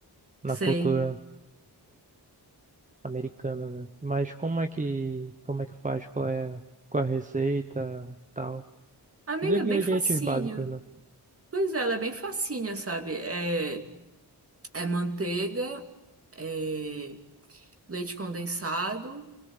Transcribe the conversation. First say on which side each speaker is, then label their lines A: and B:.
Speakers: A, on the right; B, on the right.
A: na
B: Sei.
A: cultura. americana, né? Mas como é que como é que faz? Qual é, qual é a receita, tal?
B: Amiga,
A: Os ingredientes
B: é bem facinho.
A: básicos, né?
B: Pois é, ela é bem facinha, sabe? É, é manteiga, é leite condensado,